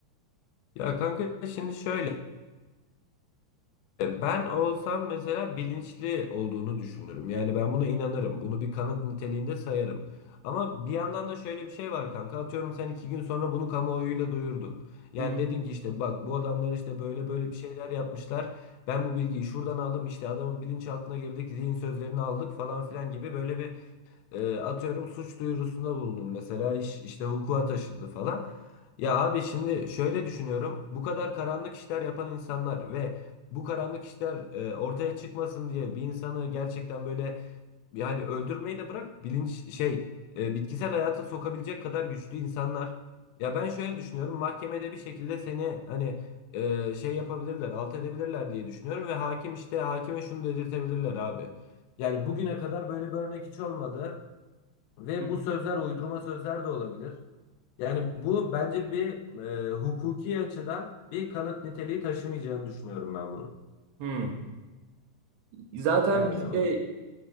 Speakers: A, on the left; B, on the right.
A: Ya kanka şimdi şöyle ben olsam mesela bilinçli olduğunu düşünürüm. Yani ben buna inanırım. Bunu bir kanıt niteliğinde sayarım. Ama bir yandan da şöyle bir şey var kanka. Atıyorum sen iki gün sonra bunu kamuoyuyla duyurdun. Yani
B: Hı hı.
A: dedin ki işte bak bu adamlar işte böyle böyle bir şeyler yapmışlar. Ben bu bilgiyi şuradan aldım işte adamın bilinçaltına girdik zihin sözlerini aldık falan filan gibi böyle bir e, atıyorum suç duyurusunda bulundum. Mesela iş işte hukuka taşındı falan. Ya abi şimdi şöyle düşünüyorum. Bu kadar karanlık işler yapan insanlar ve bu karanlık işler e, ortaya çıkmasın diye bir insanı gerçekten böyle yani öldürmeyi de bırak bilinç şey e, bitkisel hayata sokabilecek kadar güçlü insanlar. Ya ben şöyle düşünüyorum. Mahkemede bir şekilde seni hani e, şey yapabilirler, alt edebilirler diye düşünüyorum ve hakim işte hakime şunu dedirtebilirler abi. Yani bugüne kadar böyle bir örnek hiç olmadı. Ve
B: hı
A: bu sözler uydurma sözler de olabilir. Yani bu bence bir e, hukuki açıdan bir kanıt niteliği taşımayacağını düşünüyorum ben bunun.
B: hı. Zaten
A: Yani
B: bizde
A: o